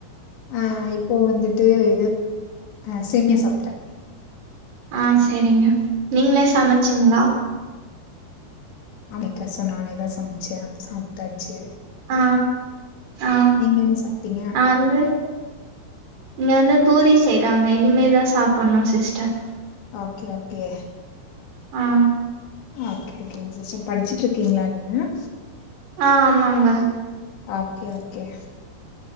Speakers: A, on the left; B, on the right.
A: ஆ இப்போ வந்து ட்டு இது அ சேமியா சாப்ட்டே
B: ஆ சரிங்க நீங்களே சமைச்சுங்களா
A: அமைக்கா சொ நானேதா சமச்சே சாப்ட்டாச்சு
B: ஆ ஆ
A: நீங்க என்ன சாப்ட்டீங்க
B: நா வந்து இங்க வந்து பூரி செய்யறாங்க இனிமேதா சாப்பிடணு சிஸ்டர்
A: ஓகே ஓகே
B: ஆ
A: ஓகே ஓகே சிஸ்டர் படிச்சுட்டு இருக்கீங்களா நீங்க
B: ஆ ஆமாங்க
A: ஓகே ஓகே.